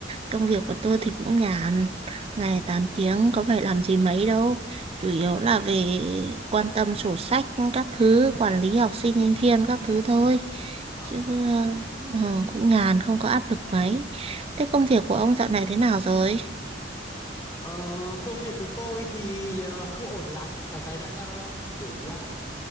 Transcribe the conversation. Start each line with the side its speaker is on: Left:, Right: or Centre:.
Right: Công việc của tôi thì cũng nhàn, ngày 8 tiếng có phải làm gì mấy đâu. Chủ
Left: À,
Right: yếu là về quan tâm sổ sách các thứ, quản lý học sinh, sinh viên các thứ thôi.
Left: à.
Right: Chứ ờ, ừ, cũng nhàn, không có áp lực mấy. Thế công việc của ông dạo này thế nào rồi?
Left: Ờ, công việc của tôi thì ờ, không ổn lắm. Đợt này đang ờ, đổi việc,